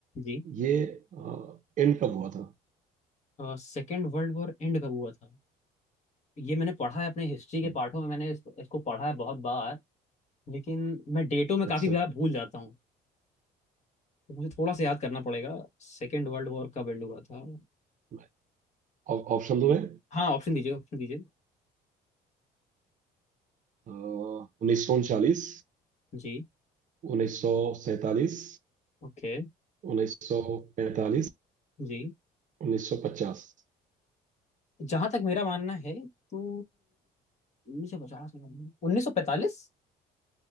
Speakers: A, on the left (about 40°); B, on the right (about 50°).
A: जी
B: ये एंड कब हुआ था
A: सेकेंड वर्ल्ड वॉर एंड कब हुआ था ये मैंने पढ़ा है अपने हिस्ट्री के
B: हम्म,
A: पाठों में मैंने इसको, इसको पढ़ा है बहुत बार लेकिन मैं डेटों में
B: अच्छा
A: काफी बार भूल जाता हूँ तो मुझे थोड़ा सा याद करना पड़ेगा सेकेंड वर्ल्ड वॉर कब एंड हुआ था
B: मैं- ऑप- ऑप्शन दो है
A: हाँ ऑप्शन दीजिए ऑप्शन दीजिए
B: उन्नीस सौ उनचालीस
A: जी
B: उन्नीस सौ सैतालीस
A: ओके
B: उन्नीस सौ पैंतालीस
A: जी
B: उन्नीस सौ पचास
A: जहां तक मेरा मानना है तो उन्नीस सौ पचास में, उन्नीस सौ पैंतालीस